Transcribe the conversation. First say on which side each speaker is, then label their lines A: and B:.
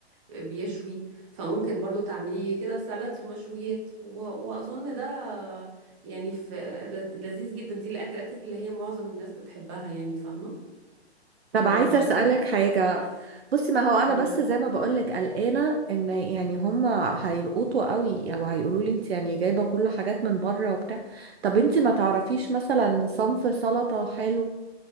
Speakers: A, on the right; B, on the right.
A: بيشوي فممكن برضو تعملي كده سلطز ومشويات و... واظن ده يعني في لذ- لذيذ جدا دي الاكلات اللي هي معظم الناس بتحبها يعني فاهمة
B: طب
A: ولا
B: عايزة
A: ايه رأيك
B: أسألك حاجة بصي ما هو أنا
A: مم.
B: بس زي ما بقولك قلقانة إن يعني هما هيرقطوا قوي أو هيقولوا لي أنت يعني جايبة كل حاجات من بره وبتاع طب أنت ما تعرفيش مثلا صنف سلطة حلو